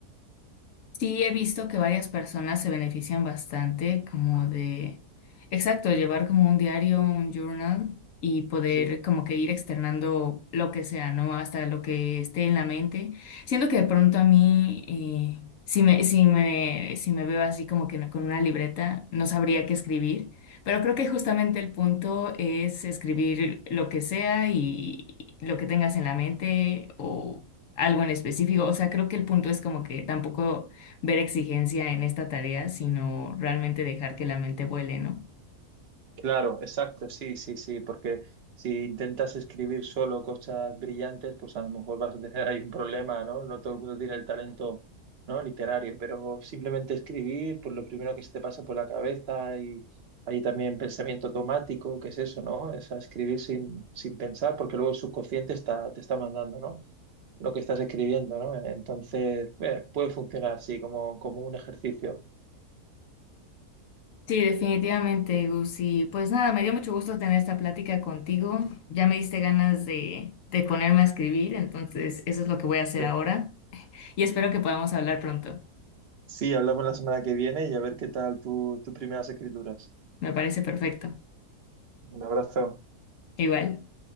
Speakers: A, on the left (about 65°); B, on the right (about 50°).
A: Sí, he visto que varias personas se benefician bastante como de, exacto, llevar como un diario, un journal y poder
B: Sí.
A: como que ir externando lo que sea, ¿no? Hasta lo que esté en la mente. Siento que de pronto a mí, eh, si me, si me, si me veo así como que no- con una libreta, no sabría qué escribir, pero creo que justamente el punto es escribir lo que sea y lo que tengas en la mente o algo en específico. O sea, creo que el punto es como que tampoco ver exigencia en esta tarea, sino realmente dejar que la mente vuele, ¿no?
B: Claro, exacto, sí, sí, sí, porque si intentas escribir solo cosas brillantes, pues a lo mejor vas a tener ahí un problema, ¿no? No todo el mundo tiene el talento, ¿no? literario, pero simplemente escribir, pues lo primero que se te pasa por la cabeza y hay también pensamiento automático, que es eso, ¿no? Es a escribir sin, sin pensar, porque luego el subconsciente está, te está mandando, ¿no? Lo que estás escribiendo, ¿no? Entonces, eh, puede funcionar, sí, como, como un ejercicio.
A: Sí, definitivamente, Gus. pues nada, me dio mucho gusto tener esta plática contigo. Ya me diste ganas de, de ponerme a escribir, entonces eso es lo que voy a hacer
B: Sí.
A: ahora. Y espero que podamos hablar pronto.
B: Sí, hablamos la semana que viene y a ver qué tal tu, tus primeras escrituras.
A: Me parece perfecto.
B: Un abrazo.
A: Igual.